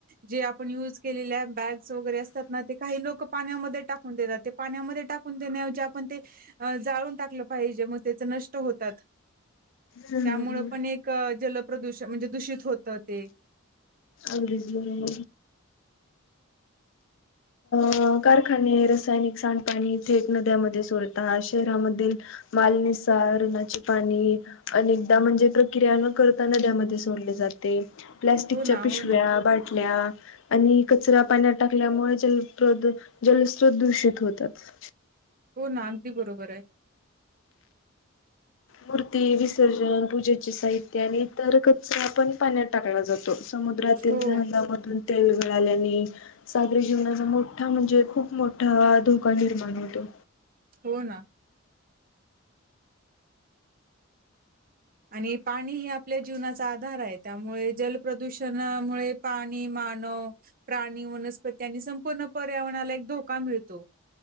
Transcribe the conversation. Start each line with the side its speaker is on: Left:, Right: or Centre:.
Right: जे आपण युज केलेल्या बॅग्स वगैरे असतात ना, ते काही लोक पाण्यामध्ये टाकून देतात. पाण्यामध्ये टाकून देण्याऐवजी आपण ते, जाळून टाकलं पाहिजे मग त्याच नष्ट होतात.
Left: हम्म
Right: त्यामुळं
Left: हम्म
Right: पण एक जलप्रदूष म्हणजे दूषित होतं ते.
Left: अच बर <unintelligible> अ कारखाने रसायनिक सांडपाणी थेट नद्यामध्ये सोडतात. शहरामधील मालनिसारणाचे पाणी अनेकदा म्हणजे प्रक्रिया न करताना नद्यामध्ये सोडले जाते. ते प्लास्टिकच्या
Right: हो ना
Left: पिशव्या,
Right: हो ना
Left: बाटल्या आणि कचरा पाण्यात टाकल्यामुळे जल प्रदू जलस्रोत दूषित होतात.
Right: हो ना. अगदी बरोबर आहे.
Left: मूर्ती विसर्जन, पूजेचे साहित्य आणि इतर कचरा पण, पाण्यात टाकला जातो. समुद्रातील
Right: हो
Left: जहाजामधून तेल गळाल्याने सागरी जीवनाचा मोठा म्हणजे खूप मोठा धोका निर्माण होतो.
Right: हो ना. आणि पाणी हे आपल्या जीवनाचा आधार हाय त्यामुळे जलप्रदूषणामुळे पाणी मानव प्राणी, वनस्पती आणि संपूर्ण पर्यावरणाला एक धोका मिळतो.